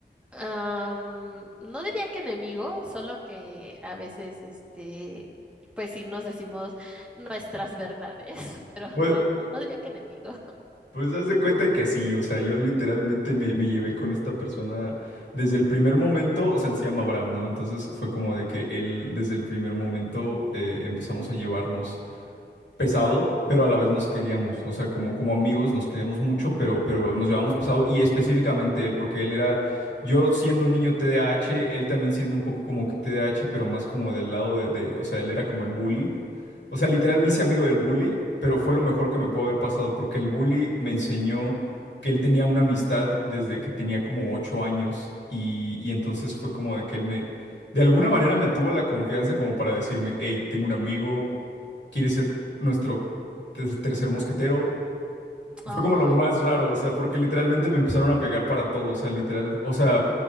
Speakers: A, in the centre; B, on the left (about 75°).
A: Am, no diría que enemigo, solo que a veces, este, pues sí nos decimos nuestras verdades, <laughs> pero
B: Pues,
A: no, no, no diría que enemigo.
B: pues haz de cuenta que sí, o sea, yo literalmente me, me llevé con esta persona desde el primer momento, o sea, él se llama Abraham, ¿no? Entonces fue como de que él desde el primer momento eh, empezamos a llevarnos. pesado, pero a la vez nos queríamos, o sea, como, como amigos nos queríamos mucho, pero, pero nos llevábamos pesado y específicamente él, porque él era, yo siendo un niño TDAH, él también siendo un poco como que TDAH, pero más como del lado de, de- o sea, él era como el bully, o sea, literal me hice amigo del bully, pero fue lo mejor que me pudo haber pasado, porque el bully me enseñó que él tenía una amistad desde que tenía como ocho años y, y entonces fue como de que él me... De alguna manera me tuvo la confianza como para decirme, hey, tengo un amigo, quiere ser nuestro te- tercer mosquetero. Y
A: Oh,
B: fue como lo más
A: entiendo.
B: raro, o sea, porque literalmente me empezaron a pegar para todo, o sea, literal, o sea,